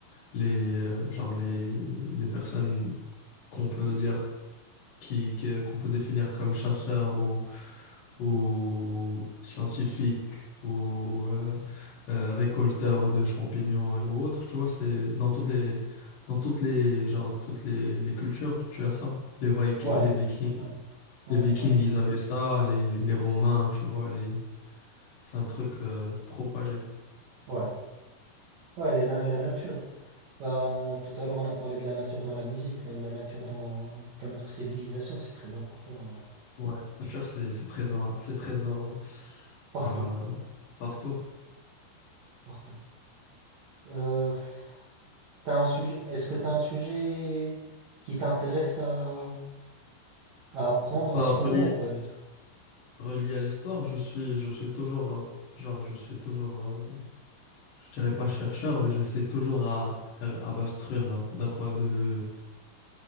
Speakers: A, on the left; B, on the right.
A: les, euh, genre les, les personnes qu'on peut dire qui, que- qu'on peut définir comme chasseur ou, ou scientifique ou euh, euh, récolteur de champignons ou autre, tu vois, c'est dans toutes les dans toutes les genre toutes les, les cultures, tu as ça. Les Viki-
B: ouais,
A: les Vikings,
B: ouais, ouais,
A: les Vikings,
B: ouais,
A: ils avaient ça, les, les Romains, tu vois, les c'est un truc euh, propagé.
B: ouais. Ouais, la, na- la nature. Bah, on- tout à l'heure, on a parlé de la nature dans la musique, même la nature dans, dans notre civilisation, c'est très important. hein.
A: Ouais, la culture c'est c'est présent, c'est présent
B: Partout,
A: genre, euh, partout.
B: partout. Euh, t'as un sujet, est-ce que tu as un sujet qui t'intéresse à, à apprendre
A: Pas
B: en ce moment
A: relié
B: ou pas du tout?
A: relié à l'histoire, je suis, je suis toujours, euh, genre, je suis toujours, euh, je dirais pas chercheur, mais j'essaie toujours à, euh, à m'instruire hein, d'un point de vue.